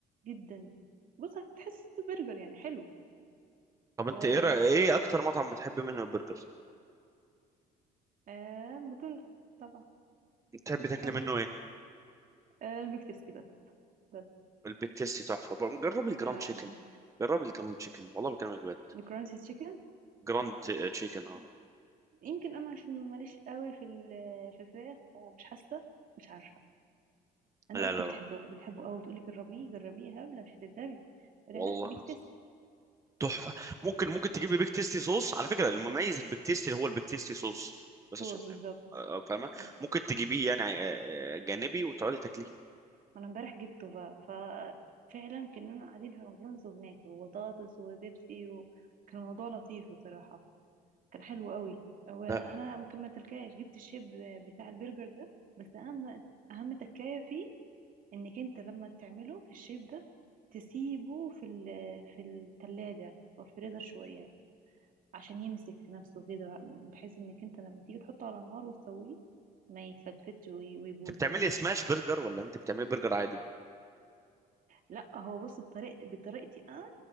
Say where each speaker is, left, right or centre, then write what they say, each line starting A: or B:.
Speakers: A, on the right (about 55°); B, on the right (about 20°).
A: جدا بص هتحس برجر يعني حلو
B: طب انت
A: و
B: ايه رأ- ايه اكتر مطعم بتحب منه البرجر
A: آه ماكدونالدز طبعا
B: بتحب
A: بحسه
B: تاكلي
A: حلو
B: منه ايه
A: آه البيك تيستي بس بس
B: البيك تيستي تحفه بقى جرب الجراند
A: آه
B: تشيكن جرب الجراند تشيكن والله بكلمك بجد
A: الكرانسي تشيكن
B: جراند تشيكن اه
A: يمكن انا عشان ماليش قوي في ال- في الفراخ فمش حاسه مش عارفه انا
B: لا
A: اختي
B: لا لا
A: بتحبه بتحبه قوي تقولي جربيه جربيه يا هبله مش هتندمي ولا
B: والله
A: لا بيكتستي
B: تحفه ممكن ممكن تجيب لي بيك تيستي صوص على فكره المميز البيك تيستي هو البيك تيستي صوص بس
A: صوص
B: عشان
A: بالظبط
B: فاهم آه، فاهمه
A: ما انا
B: ممكن تجيبيه يعني آه، آه، جانبي وتقعدي تاكليه
A: ما أنا امبارح جبته بقى ففعلا كنا قاعدين في ماكدونالدز وبناكل وبطاطس وبيبسي وكان الموضوع لطيف بصراحه كان حلو قوي وانا
B: لا
A: مكملتلكاش جبت الشيب بتاع البرجر ده بس اهم اهم تكايه فيه انك انت لما تعمله في الشيب ده تسيبه في ال- في الثلاجه او الفريزر شويه عشان يمسك في نفسه كده بحيث انك انت لما تيجي تحطه على النار وتسويه ما يتفتفتش وي- ويبوظ
B: انت بتعملي
A: منك
B: سماش برجر ولا انت بتعملي برجر عادي
A: لا هو بص بطريق بطريقتي انا